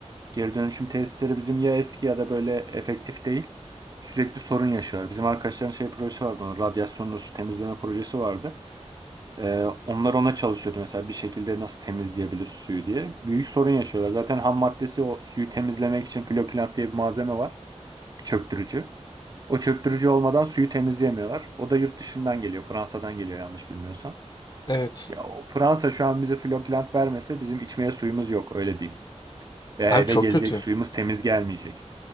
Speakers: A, on the right; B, on the left.
A: Geri dönüşüm tesisleri bizim ya eski ya da böyle efektif değil. Sürekli sorun yaşıyorlar. Bizim arkadaşların şey projesi vardı. onun Radyasyonlu su temizleme projesi vardı. E, onlar ona çalışıyordu mesela bir şekilde nasıl temizleyebiliriz suyu diye. Büyük sorun yaşıyorlar. Zaten ham maddesi o suyu temizlemek için flokilant diye bir malzeme var. Çöktürücü. O çöktürücü olmadan suyu temizleyemiyorlar. O da yurt dışından geliyor. Fransa'dan geliyor yanlış bilmiyorsam.
B: Evet.
A: Ya o Fransa şu an bize Flokland vermese bizim içmeye suyumuz yok öyle diyeyim. Veya
B: Abi
A: eve
B: çok
A: gelecek
B: kötü.
A: suyumuz temiz gelmeyecek.